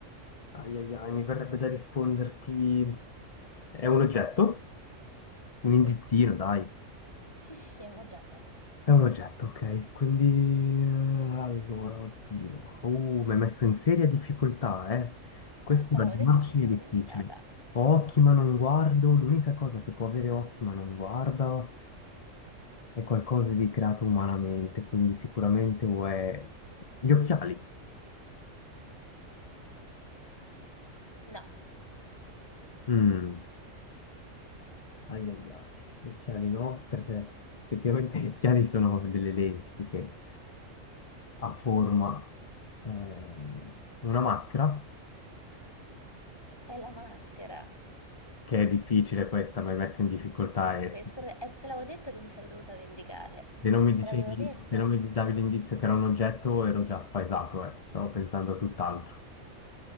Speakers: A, on the left (about 40°); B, on the left (about 20°).
A: Ai ai ai, mi verrebbe da risponderti... È un oggetto? Un
B: Sì,
A: indizino, dai.
B: sì, sì, sì, è un oggetto.
A: È un oggetto, ok. Quindi, eh, allora, oddio. Uh, mi hai messo in seria difficoltà, eh. Questo
B: Eh, te
A: è
B: l'avevo
A: da
B: detto
A: facile
B: che mi sarei
A: e difficile.
B: vendicata.
A: Ho occhi ma non guardo. L'unica cosa che può avere occhi ma non guarda è qualcosa di creato umanamente, quindi sicuramente o è... Gli occhiali.
B: No,
A: Mm. Ai ai ai. Gli occhiali no, perché effettivamente gli occhiali sono delle lenti più che a forma... eh, Una maschera?
B: è la maschera.
A: che è difficile questa, mi hai messo in difficoltà e
B: Questa
A: se
B: è... eh, te l'avevo detto che mi sarei dovuta vendicare.
A: non mi
B: Te
A: dicevi,
B: l'avevo detto.
A: se non mi davi l'indizio che era un oggetto, ero già spaesato, eh. Stavo pensando a tutt'altro.